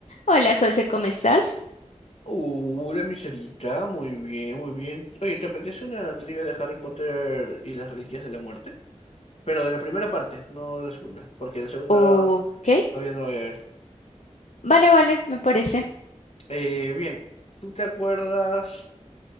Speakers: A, on the left (about 75°); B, on the left (about 60°).
A: Hola, José, ¿cómo estás?
B: Uh, una pizarita, muy bien, muy bien. Oye, ¿te apetece una trivia de Harry Potter y las Reliquias de la Muerte? Pero de la primera parte, no de la segunda, porque la segunda
A: Ok,
B: todavía no la voy a ver.
A: vale, vale, me parece.
B: Eh, bien, ¿tú te acuerdas